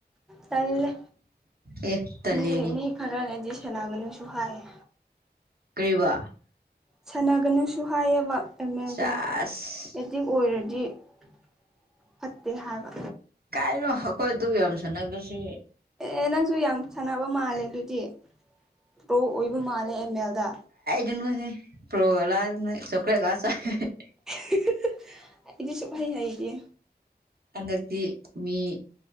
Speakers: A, in the centre; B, on the right (about 65°).
A: ꯇꯜꯂꯦ
B: ꯑꯦ ꯇꯜꯂꯦꯌꯦ
A: ꯃꯤ ꯃꯤ ꯈꯔꯅꯦꯗꯤꯁ ꯂꯒꯅ ꯁꯍꯥꯏ
B: ꯀꯔꯤꯕ
A: ꯁꯥꯟꯅꯒꯅꯨꯁꯨ ꯍꯥꯏꯌꯦꯕ ꯑꯦꯝ ꯑꯦꯜꯗꯣ
B: ꯆꯥꯁ
A: ꯀꯇ ꯑꯣꯏꯔꯦꯅꯤ <unintelligible> ꯐꯠꯇꯦ ꯍꯥꯏꯕ
B: ꯀꯥꯏꯅꯣ ꯑꯩꯈꯣꯏ ꯑꯗꯨ ꯌꯥꯝ ꯁꯥꯟꯅꯕꯁꯤ
A: ꯑꯦ ꯅꯪꯁꯨ ꯌꯥꯝ ꯁꯥꯟꯅꯕ ꯃꯥꯜꯂꯦ ꯑꯗꯨꯗꯤ ꯄ꯭ꯔꯣ ꯑꯣꯏꯕ ꯃꯥꯜꯂꯦ ꯑꯦꯝ ꯑꯦꯜꯗ
B: ꯑꯗꯨꯅꯦ ꯄ꯭ꯔꯣꯂ ꯆꯈꯂꯦꯒꯥꯁ <unintelligible>
A: <unintelligible> ꯑꯗꯨꯅꯤ ꯁꯨꯛꯍꯧ ꯍꯩꯇꯦ꯫
B: ꯍꯟꯗꯛꯇꯤ ꯃꯤ